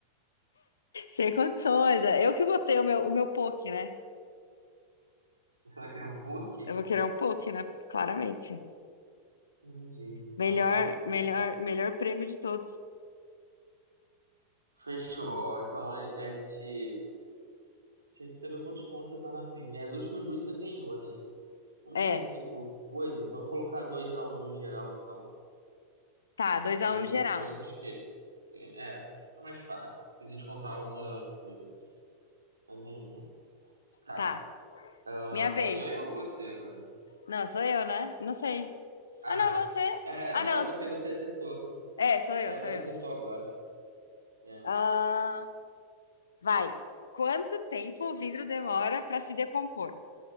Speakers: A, on the left (about 70°); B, on the right (about 75°).
A: sem condições. é. Eu que vou ter o meu, o meu poke, né?
B: Você vai querer um poke?
A: Eu vou querer um poke, né? Claramente.
B: Entendi,
A: Melhor,
B: tá bom, então.
A: melhor, melhor prêmio de todos.
B: Fechou, ó, então a, a gente. Você tem que saber quantos pontos você tá na frente, né? As últimas duas você ganhou, né? Vamos
A: É,
B: fazer assim por coisa? Vamos colocar dois a um no geral, então.
A: tá, Dois
B: A
A: a
B: gente
A: um
B: jogou-
A: no geral.
B: jogamos o quê? Tem- É, fica mais fácil. Se a gente contar uma coisa. Tá, bom. Tá.
A: Tá,
B: Ah,
A: minha vez.
B: sou eu ou você agora?
A: Não, sou eu, né? Não sei.
B: Ah,
A: Ah, não, você.
B: é, ah,
A: Ah,
B: não,
A: não.
B: é você, você acertou.
A: É, sou eu,
B: É,
A: sou
B: você
A: eu.
B: acertou agora. É.
A: Ah, vai. Quanto tempo o vidro demora para se decompor?